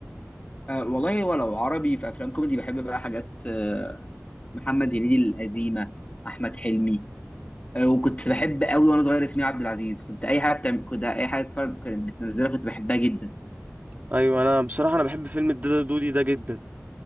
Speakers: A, on the left; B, on the right.
A: آه والله ولو عربي في افلام كوميدي بحب بقى حاجات آه محمد هنيدي القديمه احمد حلمي آه وكنت بحب قوي وانا صغير ياسمين عبد العزيز كنت اي حاجه بتعمل كنت اي حاجه اتفرج كانت بتنزلها كنت بحبها جدا
B: ايوه انا بصراحه انا بحب فيلم الدادا دودي ده جدا